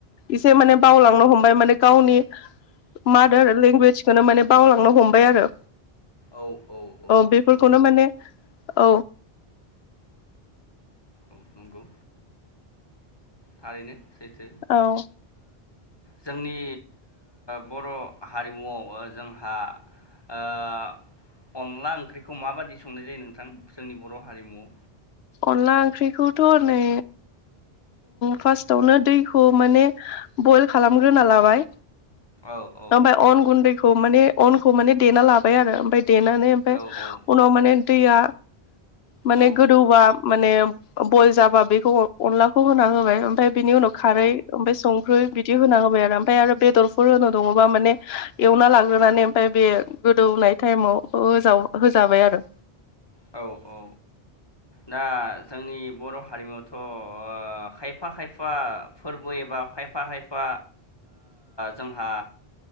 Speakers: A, on the left; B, on the left.
A: एसे माने बावलांनो हमबाय माने गावनि मादार लेंगुवेजखौनो माने बावलांनो हमबाय आरो
B: औ औ औ
A: बेफोरखौनो
B: नोंगौ
A: माने औ
B: औ नंगौ थारैनो सैथो
A: औ
B: जोंनि बर' हारिमुआव जोंहा ओ अनला ओंख्रिखौ माबायदि संनाय जायो नोंथां जोंनि बर' हारिमुआव
A: अनला ओंख्रिखौथ' नै फार्स्टावनो दैखौ माने बयल खालामग्रोना लाबाय।
B: औ औ
A: ओमफ्राय अन गुन्दैखौ माने अनखौ माने देना लाबाय आरो ओमफ्राय देनानै ओमफ्राय
B: औ औ
A: उनाव माने दैया माने
B: औ
A: गोदौबा माने बयल जाबा बेखौ अनलाखौ होना होबाय ओमफफ्राय बिनि उनाव खारै
B: औ
A: ओमफ्राय संख्रि बिदि होना होबाय आरो ओमफ्राय आरो बेदरफोर होनो दङबा माने एवना लाग्रोनानै ओमफ्राय बे गोदौ नाय टाइमाव होजाबाय आरो
B: औ औ औ दा जोंनि बर' हारिमुआवथ' खायफा खायफा फोरबो एबा खायफा खायफा जोंहा